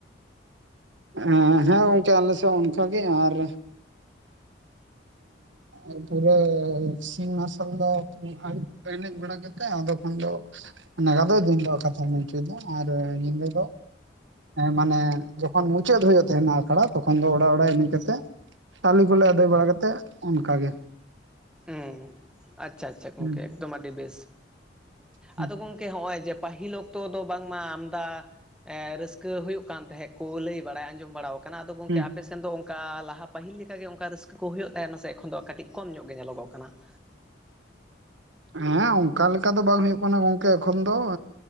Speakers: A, on the right (about 80°); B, in the centre.
A: ᱦᱮᱸ ᱦᱮᱸ ᱜᱚᱝᱠᱮ ᱟᱞᱮ ᱥᱮᱫ ᱚᱱᱠᱟᱜ ᱜᱮ ᱟᱨ ᱮ ᱯᱩᱨᱟᱹ ᱥᱤᱧ ᱢᱟᱨᱥᱟᱞ ᱫᱚ ᱟᱹᱭᱩᱵ ᱮᱱᱮᱡ ᱵᱟᱲᱟ ᱠᱟᱛᱮᱜ ᱟᱫᱚ ᱠᱷᱟᱱ ᱫᱚ ᱚᱱᱟ ᱜᱟᱫᱚᱭ ᱫᱤᱱ ᱫᱚ ᱠᱟᱛᱷᱟ ᱢᱮᱱ ᱚᱪᱚᱭᱮᱫᱟ ᱟᱨ ᱧᱤᱫᱟᱹ ᱫᱚ ᱢᱟᱱᱮ ᱡᱚᱠᱷᱚᱱ ᱢᱩᱪᱟᱹᱫ ᱦᱩᱭᱩᱜ ᱛᱟᱦᱮᱸᱱᱟ ᱟᱠᱷᱲᱟ ᱛᱚᱠᱷᱚᱱ ᱫᱚ ᱚᱲᱟᱜ ᱚᱲᱟᱜ ᱮᱱᱮᱡ ᱠᱟᱛᱮ ᱪᱟᱣᱞᱮ ᱠᱚᱞᱮ ᱟᱹᱫᱟᱭ ᱵᱟᱲᱟ ᱠᱟᱛᱮᱫ ᱚᱱᱠᱟᱜᱮ
B: ᱩᱸ ᱟᱪᱪᱷᱟ ᱟᱪᱪᱷᱟ ᱜᱚᱝᱠᱮ
A: ᱦᱩᱸ
B: ᱮᱠᱫᱚᱢ ᱟᱹᱰᱤ ᱵᱮᱥ
A: ᱦᱩᱸ
B: ᱟᱫᱚ ᱜᱚᱝᱠᱮ ᱦᱚᱜ ᱚᱭ ᱡᱮ ᱯᱟᱹᱦᱤᱞ ᱚᱠᱛᱚ ᱫᱚ ᱵᱟᱝᱢᱟ ᱟᱢᱫᱟ ᱮᱸ ᱨᱟᱹᱥᱠᱟᱹ ᱦᱩᱭᱩᱜ ᱠᱟᱱ ᱛᱟᱦᱮᱸᱫ ᱠᱚ ᱞᱟᱹᱭ ᱵᱟᱲᱟᱭ ᱟᱸᱡᱚᱢ ᱵᱟᱲᱟ ᱟᱠᱟᱫ ᱠᱟᱱᱟ ᱟᱫᱚ ᱜᱚᱝᱠᱮ
A: ᱦᱩᱸ
B: ᱟᱯᱮᱥᱮᱱ ᱫᱚ ᱚᱱᱠᱟ ᱞᱟᱦᱟ ᱯᱟᱹᱦᱤᱞ ᱞᱮᱠᱟᱜᱮ ᱚᱱᱠᱟ ᱨᱟᱹᱥᱠᱟᱹ ᱦᱩᱭᱩᱜ ᱛᱟᱦᱮᱱᱟ ᱥᱮ ᱮᱠᱷᱚᱱ ᱫᱚ ᱠᱟᱹᱴᱤᱡ ᱠᱚᱢ ᱧᱚᱜᱼᱟ ᱜᱮ ᱧᱮᱞᱚᱜᱚᱜ ᱠᱟᱱᱟ ᱾
A: ᱦᱮᱸ ᱚᱱᱠᱟ ᱞᱮᱠᱟ ᱫᱚ ᱵᱟᱝ ᱦᱩᱭᱩᱜ ᱠᱟᱱᱟ ᱜᱚᱝᱠᱮ ᱮᱠᱷᱚᱱ ᱫᱚ